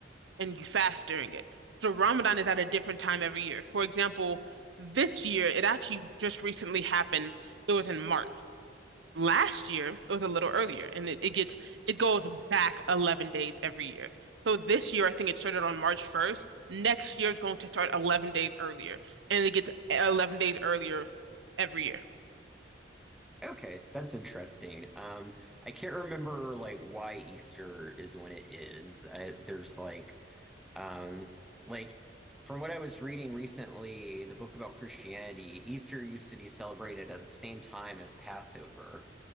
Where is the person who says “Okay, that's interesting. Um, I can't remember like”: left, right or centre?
Centre